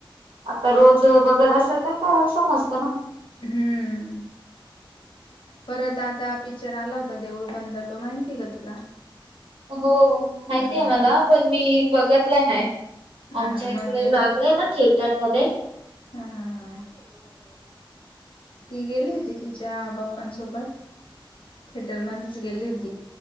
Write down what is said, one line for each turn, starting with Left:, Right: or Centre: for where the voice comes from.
Right: आता रोज बघत असल तर का समजतं ना
Left: हम्म परत आता पिक्चर आला होता देऊळ बंद तो माहितीय का तुला
Right: हो माहिती
Left: ह
Right: हाय मला पण मी बघतलाय नाही
Left: हा
Right: आमच्या
Left: मग
Right: इकडे लागलाय ना थिएटर मध्ये
Left: हा हा ती गेली होती तिच्या बप्पा सोबत सोबत थेटर मध्येच गेली होती